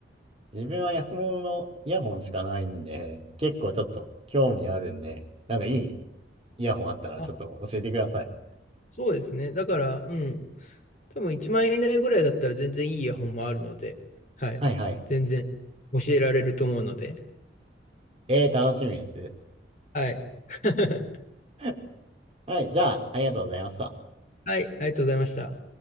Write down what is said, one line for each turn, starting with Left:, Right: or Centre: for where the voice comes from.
Right: 自分は安物のイヤホンしかないんで、結構ちょっと興味あるんで、なんかいいイヤホンあったらちょっと教えてください。
Left: あ、そうですね。だから、うん。多分1万円以内ぐらいだったら全然いいイヤホンもあるので、はい。
Right: はいはい。
Left: 全然教えられると思うので、
Right: えー、楽しみです。
Left: はい。<laughs>
Right: <laughs> はい、じゃあ、ありがとうございました。
Left: はい、ありがとうございました。